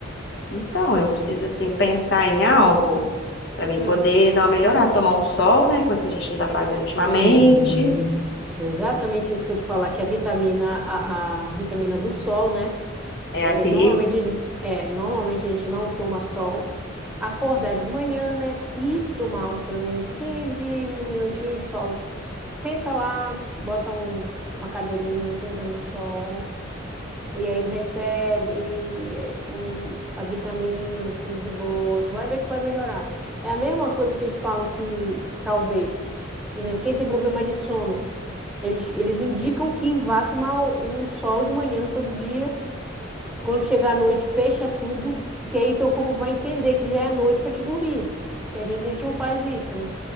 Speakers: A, on the left (about 60°); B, in the centre.
A: Então, eu preciso, assim, pensar em algo para mim
B: Hum.
A: poder dar uma melhorada, tomar um sol, né? Coisa que a gente não tá fazendo ultimamente.
B: Isso, exatamente isso que eu te falar, que a vitamina, a, a vitamina do sol, né?
A: É
B: É,
A: a D,
B: normalmente, a gen- é, normalmente a gente não toma sol, acordar de manhã, né? E tomar pelo menos 15 minutinhos de sol. Senta lá, bota um- uma cadeirinha, senta no sol. E aí recebe é, o, a vitamina, tudo de boa. Tu vai ver que vai melhorar. É a mesma coisa que eles falam que talvez, por exemplo, quem tem problema de sono, eles, eles indicam que vá tomar o, o sol de manhã todo dia. Quando chegar à noite, fecha tudo, que aí teu corpo vai entender que já é noite para te dormir. Que às vezes a gente não faz isso, né?